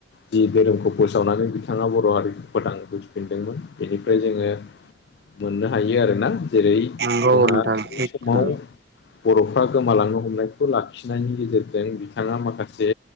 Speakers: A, on the left (about 60°); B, on the right (about 60°).
A: जि धोरोमखौ फोसावनानै बिथाङा बर' हारिखौ फोथां बजिफिनदोंमोन बेनिफ्राय जोङो। मोननो हायो आरोना जेरै जोंहा
B: नंगौ नोंथां
A: बै
B: सैथो
A: समाव। बर'फ्रा गोमालांनो हमनायखौ लाखिनायनि गेजेरजों बिथाङा माखा माखासे